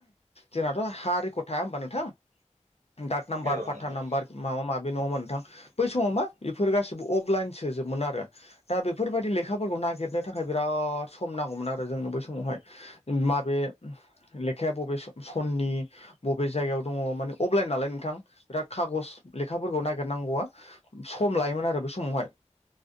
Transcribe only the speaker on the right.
औ
औ नोंथां औ